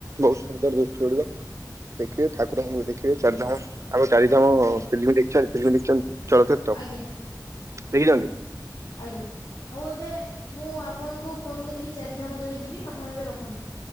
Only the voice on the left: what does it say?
ଆଜ୍ଞା
ଆଜ୍ଞା
ଆଜ୍ଞା ହଉ ଏବେ ମୁଁ ଆପଣଙ୍କୁ ଫୋନ କରିବି ଚାରିଧାମ ଯେବେ ଯିବି ଆପଣ ଏବେ ରଖନ୍ତୁ।